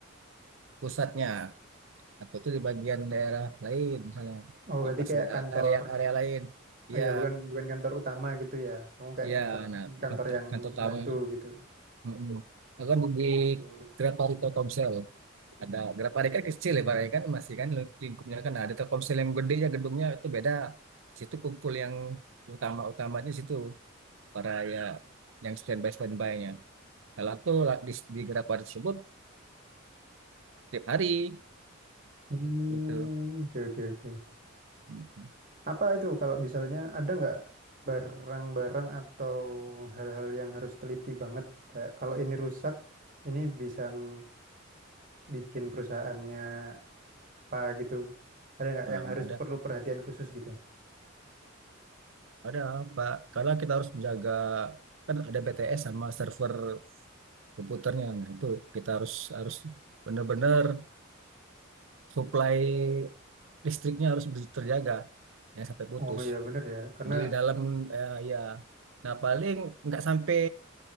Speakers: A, on the right; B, on the right.
A: <clears throat> pusatnya atau itu di bagian daerah lain misalnya
B: oh berarti
A: lokasi
B: kayak kantornya,
A: area-area lain.
B: oh
A: Ya,
B: ya bukan bukan kantor utama gitu ya? Kamu kayak
A: Ya,
B: kantor
A: nah
B: kantor
A: faktor
B: yang
A: yang pertama,
B: bantu gitu?
A: mm Bahkan di
B: Oh gitu.
A: Graparita Telkomsel ada Graparita kan kecil ya, barangnya kan masih kan lingkupnya kan Nah, ada Telkomsel yang gede ya gedungnya itu beda. Di situ kumpul yang utama-utamanya di situ para ya yang standby standby-nya. Kalau aku la- di, di Graparita tersebut tiap hari
B: Hmm,
A: gitu.
B: oke oke oke.
A: Mm-mm.
B: Apa itu kalau misalnya ada nggak barang-barang atau hal-hal yang harus teliti banget kayak kalau ini rusak ini bisa ng- bikin perusahaannya apa gitu. Ada nggak
A: Nah,
B: yang harus
A: ada
B: perlu perhatian khusus gitu?
A: Ada Pak, karena kita harus menjaga kan ada BTS sama server komputernya. Nah, itu kita harus harus benar-benar supply listriknya harus ber- terjaga ya sampai putus.
B: Oh iya bener ya, karena
A: Di dalam eh, ya nah paling nggak sampai